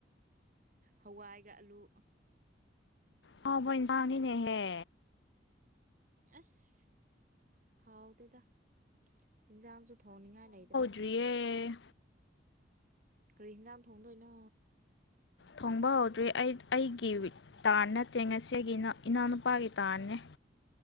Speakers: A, on the right (about 45°); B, on the left (about 75°).
A: ꯍꯋꯥꯏꯒ ꯑꯂꯨ
B: ꯍꯥꯎꯕ ꯢꯟꯁꯥꯡ ꯅꯤꯅꯍꯦ
A: ꯑꯁ ꯍꯥꯎꯇꯦꯗ ꯏꯟꯖꯥꯡꯁꯨ ꯊꯣꯡꯅꯤꯡꯉꯥꯏ ꯂꯩꯇ꯭ꯔꯦ
B: ꯇꯔꯤꯌꯦ
A: ꯀꯔꯤ ꯑꯦꯟꯖꯥꯡ ꯊꯣꯡꯗꯣꯏꯅꯣ
B: ꯊꯣꯡꯕ ꯍꯧꯗ꯭ꯔꯤ ꯑꯩ ꯑꯩꯒꯤ ꯇ꯭ꯔꯟ ꯅꯠꯇꯦ ꯉꯁꯤ ꯏꯅꯥꯎ ꯏꯅꯥꯎꯅꯨꯄꯥꯒꯤ ꯇꯥꯟꯅꯦ